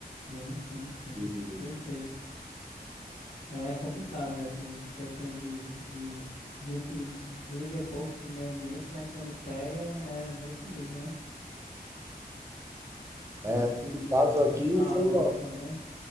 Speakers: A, on the left; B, on the right.
A: sim, sim, sim.
B: E,
A: Perfeito. É complicado essas questões de, de... A gente liga pouco pro meio ambiente, mas quando pega é nesse nível, né? Quando
B: é,
A: as coisas
B: nesse caso
A: é,
B: aqui
A: arrocham
B: foi uma-
A: mesmo.